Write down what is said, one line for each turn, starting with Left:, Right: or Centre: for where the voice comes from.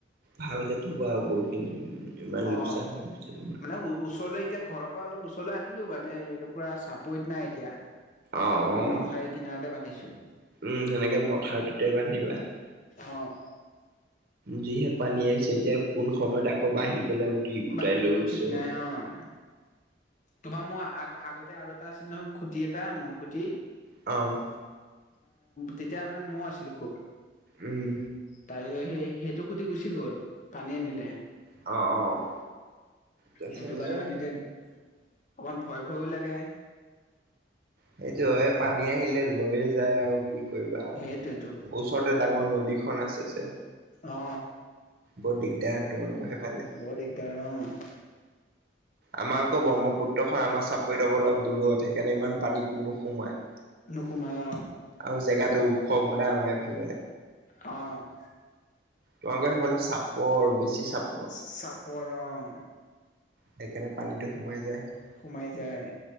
Right: ভালকে থ'ব আও গৰু। খিনি ইমান লোকচান
Left: অ',
Right: হৈ গৈছে তোমাৰ।
Left: মানে ও-ওচৰলৈ এতিয়া ঘৰৰ ত' অলপ ওচৰলৈ আনিলোঁ বাৰু, পুৰা চাপৰিত নাই এতিয়া
Right: অ', অ',
Left: মথাউৰিত কিনাৰতে বান্ধিছোঁ।
Right: উম, সেনেকে মথাউৰিতোতে বান্ধিবা।
Left: অ'।
Right: যিহে পানী আহিছে, এতিয়া কোন সময়ত আকৌ বাঢ়ি পেলাই উটি উটাই
Left: বাঢ়ি
Right: লৈ
Left: যাব
Right: গৈছে
Left: ঠিক নাই অ'। তোমাৰ মোৰ আগ-আগতে আৰু এটা আছিল নহয়, খুটি এটা ম'হ খুটি।
Right: অ'।
Left: তেতিয়া মানে মই আছিলোঁ খুব
Right: উম,
Left: তাৰপিছত সেই-সেইটো খুটি গুচি গ'ল পানীয়ে নিলে।
Right: অ', অ'। তাৰপিছত
Left: সেইটো কাৰণে
Right: এ
Left: মানে এতিয়া অকণ ভয়, ভয়ো লাগে।
Right: সেইটো হয়, পানী আহিলে লৈয়ে যায় আৰু কি কৰিবা আৰু।
Left: সেইটোৱেতো
Right: ওচৰতে ডাঙৰ নদীখন আছে যে।
Left: অ
Right: বৰ দিগদাৰ তোমালোকৰ সেইফালে।
Left: বৰ দিগদাৰ অ'।
Right: আমাৰ আকৌ ব্ৰহ্মপুত্ৰখন আমাৰ চাপৰিত কৌ অলপ দূৰত, সেইকাৰণে ইমান পানী নোসোমাই।
Left: নোসোমাই অ'।
Right: আৰু জেগাতো ওখ বোলে আমাৰ এইফালে।
Left: অ'।
Right: তোমালোকৰ সেইফালে চাপৰ, বেছি চাপ
Left: চাপৰ অ'।
Right: সেইকাৰণে পানীটো সোমাই যায়।
Left: সোমাই যায়,